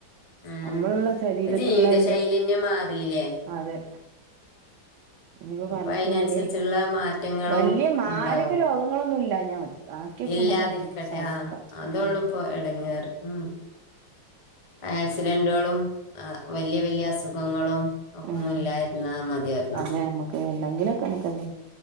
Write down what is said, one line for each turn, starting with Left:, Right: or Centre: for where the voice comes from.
Left: ഉം
Right: അമ്മള് ള്ള ശരീരത്തിലുള്ള
Left: ഇപ്പൊ ജീവിത
Right: എന്തെ
Left: ശൈലി തന്നെ മാറിയില്ലേ
Right: അതെ ഇനിപ്പോ പറഞ്ഞിട്ട്
Left: അപ്പൊ അതിനനുസരിച്ചുള്ള
Right: കാര്യല്ല്യ.
Left: മാറ്റങ്ങളും
Right: വല്ല്യ മാരക
Left: ഉണ്ടാവും
Right: രോഗങ്ങളൊന്നും ഇല്ലാഞ്ഞാൽ മതി ബാ ക്ക്യോക്കെ
Left: ഇല്ലാതിരിക്കട്ടെ
Right: ഞമ്മക്ക് സയ്ക്കാ
Left: ആ അതുള്ളൂ
Right: ഏ
Left: ഇപ്പൊ ഇടങ്ങേറ് ഉം ആക്സിഡന്റുകളും ആഹ് വല്ല്യ വല്ല്യ അസുഖങ്ങളും ഒക്കെ
Right: ഉമ്
Left: ഒന്നും ഇല്ലായിരുന്നാ മതിയായിരുന്നു
Right: അതെ നമ്മക്ക് അല്ലെങ്കിലൊക്കെ നമുക്കെന്തെ